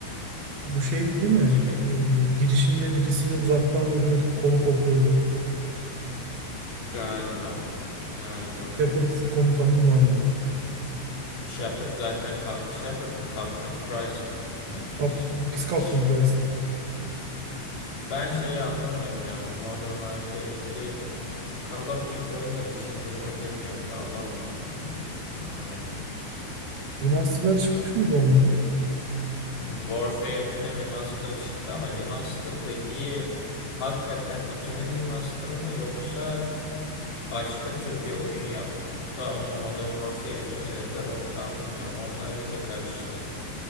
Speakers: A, on the right (about 60°); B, on the left (about 45°).
A: Bu şeydi değil mi?
B: iki bin
A: Ee, girişinde birisini uzaktan vuruyorduk, kolu kopuyordu.
B: galiba. Galiba.
A: Shepard komutanım vardı.
B: Shepard zaten ka- Shepard mı? Captain Price mı?
A: Kaptı,
B: İşte o.
A: biz Captain Price'tık.
B: Captain Price. Ben şeyi anlamıyorum yani bu Modern Warfare 2 Call of Duty oyunları hiç indirime girmiyor bir de alamıyorsun falan gibi durumlar oluyor.
A: Remaster'ları çıkmış mıydı onların?
B: Warfare 2'nin remaster'ı çıktı ama remaster dediği hakikaten 2'nin remaster'ı mı yoksa başka tür bir oyun yapıp da ona Modern Warfare 2 mi dediler onu tam bilmiyorum. Onlar iyice karıştı.